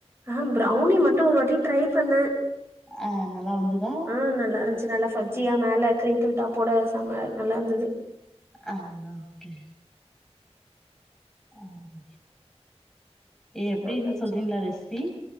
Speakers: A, on the right; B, in the centre.
A: ஆம் ப்ரவுனி மட்டு ஒரு வாட்டி ட்ரை பண்ணே
B: ஆ நல்லா வந்துதா
A: ஆ நல்லா இருந்துச்சி நல்லா பப்ஜியா மேல கிரிங்கிள் டாப்போட செம நல்லா இருந்தது
B: அ அ ஓகே அ ம் எப்டின்னு
A: நல்லா
B: சொல்றீங்களா ரெசிப்பி